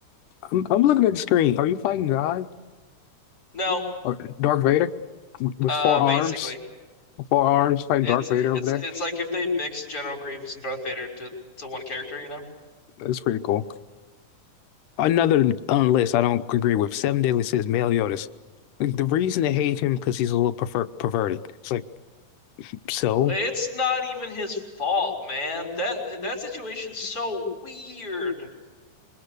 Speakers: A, on the left (about 85°); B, on the left (about 30°).
A: I'm, I'm looking at the screen. Are you fighting God
B: No,
A: or Darth Vader with,
B: uh,
A: four arms?
B: basically,
A: Four arms fighting
B: it's
A: Darth Vader
B: it's
A: over there.
B: it's like if they mixed General Grievous and Darth Vader into to one character, you know?
A: That's pretty cool. Another on list I don't agree with. Seven Deadly Sins, Male Yoda's. Like, the reason they hate him because he's a little perver perverted. It's like so.
B: It's not even his fault, man. That that situation's so weird.